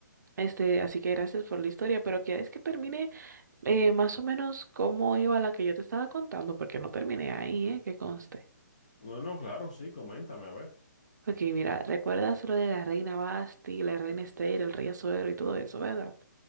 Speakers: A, on the right; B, on the left.
A: Este, así que gracias por la historia, pero ¿quieres que termine eh, más o menos cómo iba la que yo te estaba contando? Porque no terminé ahí, ¿eh? Que conste.
B: No, no, claro, sí, coméntame, a ver.
A: Ok, mira, ¿recuerdas lo de la reina Basti, la reina Esther, el rey Azuero y todo eso, verdad?